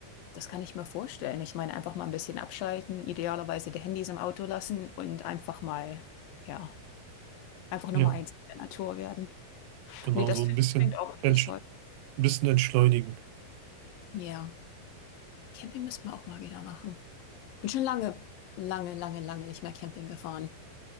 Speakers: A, on the left; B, on the right.
A: Das kann ich mir vorstellen. Ich meine, einfach mal ein bisschen abschalten, idealerweise die Handys im Auto lassen und einfach mal, ja, einfach Nummer
B: Ja,
A: eins in der Natur werden.
B: genau
A: Nee, das
B: so ein bisschen,
A: klingt auch richtig
B: entsch
A: toll.
B: ein bisschen entschleunigen.
A: Ja, Camping müssten wir auch mal wieder machen. Bin schon lange, lange, lange, lange nicht mehr Camping gefahren.